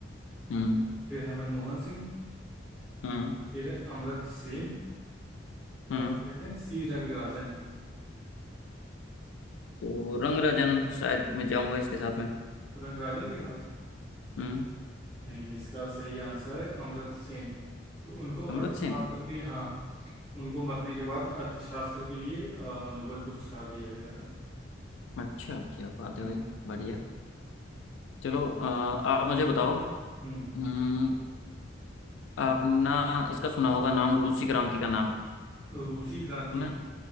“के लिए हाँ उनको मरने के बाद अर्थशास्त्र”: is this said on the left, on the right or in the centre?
Centre